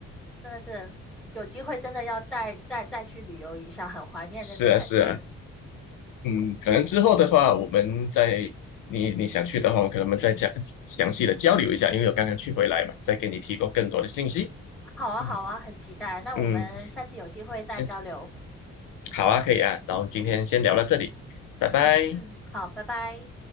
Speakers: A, in the centre; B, on the left.
A: 真的是有机会真的要再再再去旅游一下，很怀念那种感觉。
B: 是啊，是啊，嗯，可能之后的话，我们再你你想去的话，我可能我们再讲详细的交流一下，因为我刚刚去回来嘛，再给你提供更多的信息。
A: 好啊，
B: 嗯，
A: 好啊，很期待。那我们下次有机会再交流。
B: 嗯，先好啊，可以啊，然后今天先聊到这里，拜拜。
A: 嗯嗯嗯，好，拜拜。